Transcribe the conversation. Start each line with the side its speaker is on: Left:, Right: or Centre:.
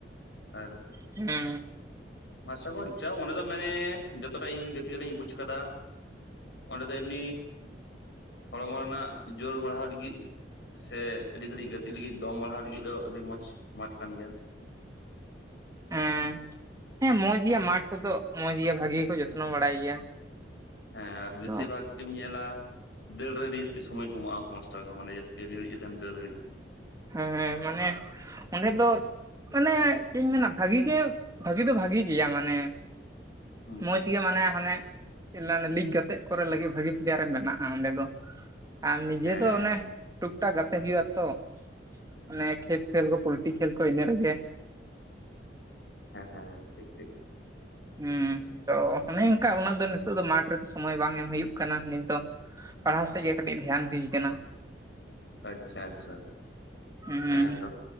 Left: ᱟᱨ
Right: ᱦᱮᱸ
Left: ᱢᱟᱨᱥᱟ ᱜᱚᱸᱡ ᱪᱟ ᱚᱸᱰᱮ ᱫᱚ ᱢᱟᱱᱮ ᱡᱚᱛᱚᱴᱟ ᱤᱧ ᱜᱟᱛᱮ ᱠᱟᱛᱮ ᱤᱧ ᱵᱩᱡ ᱠᱟᱫᱟ, ᱚᱸᱰᱮ ᱫᱚ ᱮᱢᱱᱤ ᱦᱚᱲᱢᱚ ᱨᱮᱱᱟᱜ ᱡᱳᱨ ᱵᱟᱲᱦᱟᱣ ᱞᱟᱹᱜᱤᱫ ᱥᱮ ᱟᱹᱰᱤ ᱜᱷᱟᱹᱲᱤᱡ ᱜᱟᱛᱮᱤ ᱞᱟᱹᱜᱤᱫ ᱫᱚᱢ ᱵᱟᱲᱦᱟᱣ ᱞᱟᱹᱜᱤᱫ ᱫᱚ ᱟᱹᱰᱤ ᱢᱚᱸᱡᱽ ᱢᱟᱴᱷ ᱠᱟᱱ ᱜᱮᱭᱟ᱾
Right: ᱦᱮᱸ, ᱦᱮᱸ ᱢᱚᱸᱡᱽ ᱜᱮᱭᱟ ᱢᱟᱴᱷ ᱠᱚᱫᱚ ᱢᱚᱸᱡ ᱜᱮ ᱵᱷᱟᱜᱤ ᱜᱮᱠᱚ ᱡᱚᱛᱱᱚ ᱵᱟᱲᱟᱭ ᱜᱮᱭᱟ᱾
Left: ᱦᱮᱸ ᱟᱨ ᱵᱮᱥᱤᱨ
Right: ᱛᱚ
Left: ᱵᱷᱟᱜ ᱟᱰᱤᱢ ᱧᱮᱞᱟ ᱫᱟᱹᱲ ᱨᱮ ᱟᱹᱰᱤ ᱡᱟᱹᱥᱛᱤ ᱥᱚᱢᱚᱭ ᱠᱚ ᱮᱢᱟᱜᱼᱟ ᱩᱱᱠᱩ ᱢᱟᱥᱴᱟᱨ ᱠᱚ ᱢᱟᱱᱮ ᱡᱟᱹᱥᱛᱤ ᱟᱹᱰᱤ ᱜᱟᱹᱲᱤᱡ ᱠᱟᱛᱮᱢ ᱫᱟᱹᱲ ᱫᱟᱲᱤᱜ᱾
Right: ᱦᱮᱸ ᱦᱮᱸ ᱢᱟᱱᱮ ᱚᱸᱰᱮ ᱫᱚ ᱢᱟᱱᱮ ᱪᱮᱫ ᱤᱧ ᱢᱮᱱᱟ ᱵᱷᱟᱹᱜᱤ ᱜᱮ ᱵᱷᱟᱹᱜᱤ ᱫᱚ ᱵᱷᱟᱜᱤ ᱜᱮᱭᱟ, ᱢᱟᱱᱮ
Left: ᱦᱩᱸ
Right: ᱢᱚᱡ ᱜᱮ ᱢᱟᱱᱮ ᱦᱟᱸᱱᱮ <unintelligible> ᱞᱤᱜ ᱜᱟᱛᱮᱜ ᱠᱚᱨᱮ ᱞᱟᱹᱜᱤᱫ ᱵᱷᱟᱜᱤ ᱯᱞᱮᱭᱟᱨ ᱮᱢ ᱢᱮᱱᱟᱜᱼᱟ ᱚᱸᱰᱮ ᱫᱚ᱾ ᱟᱨ ᱱᱤᱡᱮ
Left: ᱦᱮᱸ
Right: ᱫᱚ ᱚᱱᱮ ᱴᱩᱠ-ᱴᱟᱠ ᱜᱟᱛᱮᱜ ᱦᱩᱭᱩᱜ-ᱟ ᱛᱚ, ᱚᱱᱮ ᱠᱷᱮᱯ ᱠᱷᱮᱞ ᱠᱚ ᱯᱩᱞᱴᱤᱨᱤ ᱠᱷᱮᱞ ᱠᱚ ᱤᱱᱟᱹ ᱨᱮᱜᱮ
Left: ᱦᱮᱸ ᱦᱮᱸ ᱴᱷᱤᱠ ᱴᱷᱤᱠ᱾
Right: ᱩᱸ ᱛᱚ ᱚᱱᱮ ᱚᱱᱠᱟ ᱩᱱᱟᱹᱜ ᱫᱚ ᱱᱤᱛᱚᱜ ᱫᱚ, ᱢᱟᱴᱷ ᱨᱮᱫᱚ ᱥᱚᱢᱚᱭ ᱵᱟᱝ ᱮᱢ ᱦᱩᱭᱩᱜ ᱠᱟᱱᱟ᱾ ᱱᱤᱛ ᱫᱚ ᱯᱟᱲᱦᱟᱣ ᱥᱮᱫ ᱜᱮ ᱠᱟᱹᱴᱤᱡ ᱫᱷᱮᱭᱟᱱ ᱦᱩᱭ ᱟᱠᱟᱱᱟ᱾
Left: ᱟᱪᱪᱷᱟ-ᱟᱪᱪᱷᱟ
Right: ᱦᱩᱸ
Left: ᱦᱮᱸ ᱛᱚ